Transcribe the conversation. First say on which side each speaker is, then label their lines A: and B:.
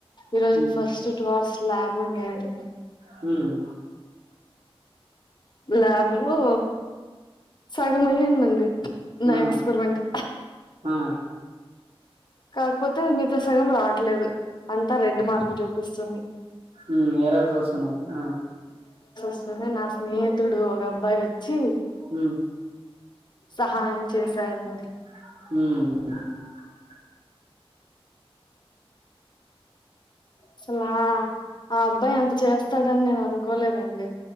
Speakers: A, on the left; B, on the right.
A: ఈ రోజు
B: ఉమ్
A: ఫస్ట్ టూ అవర్స్ లాబ్ ఉండేయండి
B: హ్మ్
A: ల్యాబ్ లో సగ మహేన్ మంది నా
B: ఆ
A: ఎక్స్పెరిమెంట్
B: ఆ
A: కాకపోతే మీతో సగం రావట్లేదు అంతా రెడ్ మార్కు చూపిస్తుంది
B: మ్ ఎరార్స్ వస్తూన్నాయ
A: స్తునే నా స్నేహితుడు ఒక అబ్బాయి వచ్చి
B: మ్
A: సహాయం చేసారండి
B: మ్
A: అసలా ఆ అబ్బాయి ఎంత చేస్తాడని నేను అనుకోలేదండి